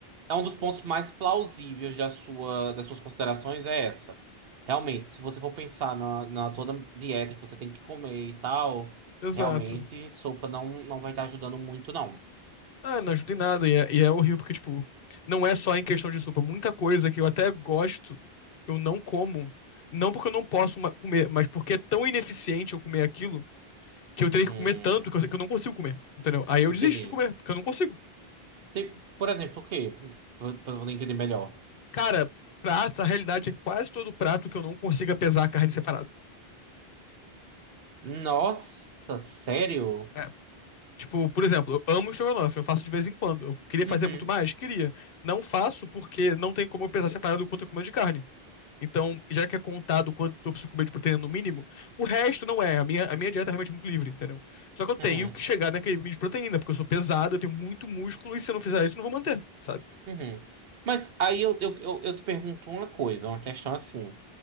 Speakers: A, on the right; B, on the left.
A: é um dos pontos mais plausíveis da sua, das suas considerações é essa. Realmente, se você for pensar na, na toda dieta que você tem que comer e tal,
B: Exato.
A: realmente sopa não, não vai estar ajudando muito, não.
B: Ah, não ajuda em nada. E é, e é horrível, porque, tipo, não é só em questão de sopa. Muita coisa que eu até gosto, eu não como. Não porque eu não posso ma- comer, mas porque é tão ineficiente eu comer aquilo que eu teria
A: Hum.
B: que comer tanto que eu, sei que eu não consigo comer. Entendeu? Aí eu
A: Entendi.
B: desisto de comer, porque eu não consigo.
A: Tem- por exemplo, o quê? Pra pra poder entender melhor.
B: Cara, prato, a realidade é quase todo prato que eu não consiga pesar a carne separado.
A: Nossa, sério?
B: É. Tipo, por exemplo, eu amo estrogonofe, eu faço de vez em quando. Eu queria fazer
A: Uhum,
B: muito mais? Queria. Não faço porque não tem como eu pesar separado o quanto eu como de carne. Então, já que é contado quanto eu preciso comer de proteína no mínimo, o resto não é. A minha, a minha dieta é realmente muito livre, entendeu? Só que eu tenho
A: uhum,
B: que chegar naquele mínimo de proteína, porque eu sou pesado, eu tenho muito músculo, e se eu não fizer isso, eu não vou manter, sabe?
A: uhum. Mas aí eu, eu, eu, eu te pergunto uma coisa, uma questão assim.